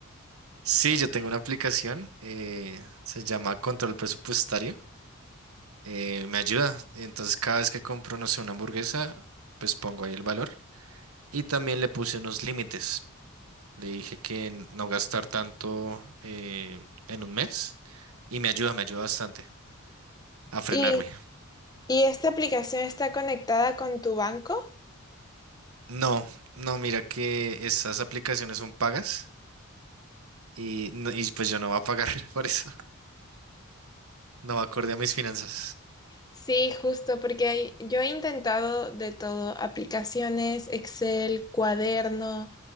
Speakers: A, on the right; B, on the left.
A: Sí, yo tengo una aplicación, eh, se llama Control Presupuestario, eh, me ayuda. Entonces, cada vez que compro, no sé, una hamburguesa, pues pongo ahí el valor. Y también le puse unos límites. Le dije que no gastar tanto eh, en un mes y me ayuda, me ayuda bastante a frenarme.
B: ¿Y, y esta aplicación está conectada con tu banco?
A: No, no, mira que esas aplicaciones son pagas y, no- y pues yo no voy a pagar <laughs> por eso. No va acorde a mis finanzas.
B: Sí, justo, porque hay- yo he intentado de todo, aplicaciones, Excel, cuaderno,